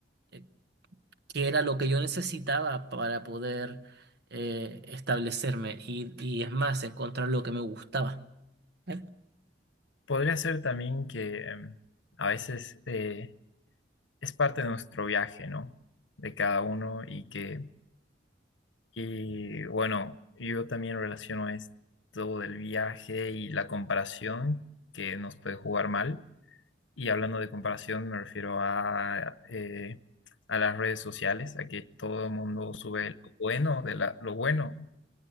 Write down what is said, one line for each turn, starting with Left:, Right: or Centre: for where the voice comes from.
Right: eh, qué era lo que yo necesitaba para poder eh, establecerme y, y es más, encontrar lo que me gustaba. ¿eh?
Left: Podría ser también que em, a veces... eh, es parte de nuestro viaje, ¿no? De cada uno y que, y bueno, yo también relaciono esto del viaje y la comparación que nos puede jugar mal. Y hablando de comparación, me refiero a, eh, a las redes sociales, a que todo el mundo sube lo bueno de la, lo bueno